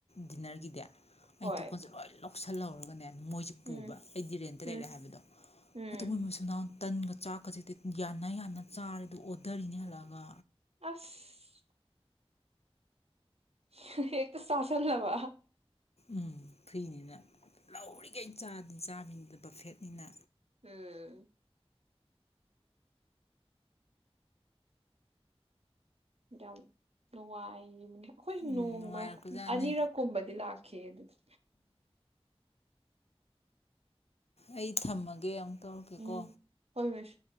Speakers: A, on the left; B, on the right.
A: ꯗꯤꯟꯅꯔꯒꯤꯗꯤ ꯑꯩꯅ
B: ꯍꯣꯏ
A: ꯇꯣꯀꯟꯖꯦ ꯂꯣꯏ ꯂꯧ ꯂꯧꯁꯜꯍꯧꯔꯒꯅꯦ ꯃꯣꯏꯁꯦ ꯄꯨꯕ
B: ꯎꯝ
A: ꯑꯩꯗꯤ ꯔꯦꯟꯇ
B: ꯎꯝ
A: ꯂꯩꯔꯦ ꯍꯥꯏꯕꯗꯣ
B: ꯎꯝ
A: ꯑꯗꯣ ꯃꯣꯏ ꯃꯆꯤꯟ ꯃꯅꯥꯎ ꯇꯟꯒ ꯆꯥꯛꯀꯖꯤꯗꯤ ꯌꯥꯟꯅ ꯌꯥꯟꯅ ꯆꯥꯔꯦ ꯑꯗꯨ ꯑꯣꯗꯔꯤꯅꯤ ꯍꯜꯂꯛꯒ
B: ꯑꯁ ꯍ ꯍꯦꯛꯇꯥ ꯆꯥꯁꯜꯂꯕ
A: ꯎꯝ ꯐꯨꯏꯅꯤꯅꯦ ꯎꯔꯤꯒꯩ ꯆꯥꯛ ꯆꯥꯕꯤꯅꯤ ꯕꯐꯦꯠꯅꯤꯅ
B: ꯎꯝ ꯌꯥꯝ ꯅꯨꯡꯉꯥꯏꯒꯤꯕꯅꯤ ꯑꯩꯈꯣꯏꯁꯨ
A: ꯎꯝ
B: ꯅꯣꯡꯃ
A: ꯅꯨꯡꯉꯥꯏꯔꯛꯄꯖꯥꯠꯅꯤ
B: ꯑꯅꯤꯔꯛꯀꯨꯝꯕꯗꯤ ꯂꯥꯛꯈꯤ ꯑꯗꯨꯗꯤ
A: ꯑꯩ ꯊꯝꯃꯒꯦ ꯑꯃꯨꯛ ꯇꯧꯔꯛꯀꯦꯀꯣ
B: ꯎꯝ ꯍꯣꯏ ꯍꯣꯏ ꯁꯦ